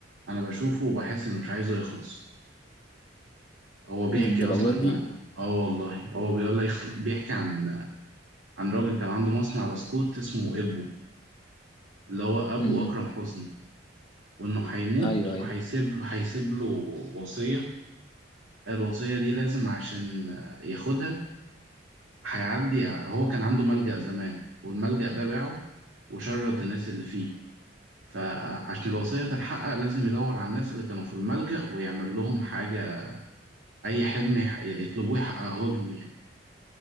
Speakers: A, on the right; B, on the left.
A: انا بشوفه وبحس انه مش عايزه يخلص هو بيحكي
B: للدرجه
A: اصلا
B: دي
A: اه والله هو بيقول لك يخل... بيحكي عن عن راجل كان عنده مصنع بسكوت اسمه ابو اللي هو ابو
B: امم
A: اكرم حسني وانه هيموت
B: ايوه
A: وهيسيب
B: ايوه
A: له هيسيب له وصية الوصية دي لازم عشان ياخدها هيعدي هو كان عنده ملجأ زمان والملجأ ده باعه وشرد الناس اللي فيه فعشان الوصية تتحقق لازم يدور على الناس اللي كانوا في الملجأ ويعمل لهم حاجة أي حلم يح- يطلبوه يحققه لهم يعني